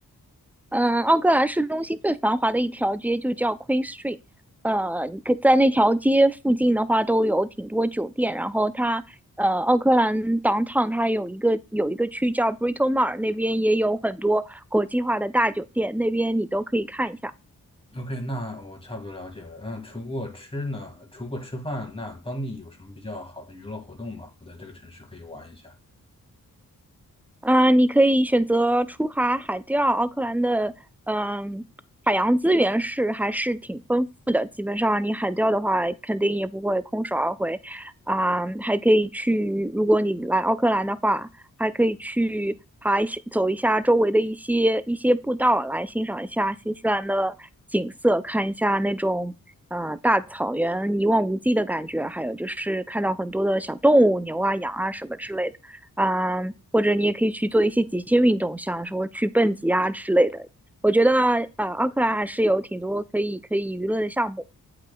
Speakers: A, in the centre; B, on the left.
A: 嗯，奥克兰市中心最繁华的一条街就叫 Queen Street，呃，你可在那条街附近的话都有挺多酒店，然后它呃奥克兰 downtown 它有一个有一个区叫 b r i t o Mar，那边也有很多国际化的大酒店，那边你都可以看一下。
B: OK，那我差不多了解了。那除过吃呢？除过吃饭，那当地有什么比较好的娱乐活动吗？我在这个城市可以玩一下。
A: 嗯、呃你可以选择出海海钓，奥克兰的嗯、海洋资源是还是挺丰富的。基本上你海钓的话，肯定也不会空手而回啊、还可以去，如果你来奥克兰的话，还可以去爬一些走一下周围的一些一些步道，来欣赏一下新西兰的景色，看一下那种。呃，大草原一望无际的感觉，还有就是看到很多的小动物，牛啊、羊啊什么之类的。啊、或者你也可以去做一些极限运动，像说去蹦极啊之类的。我觉得呃，奥克兰还是有挺多可以可以娱乐的项目。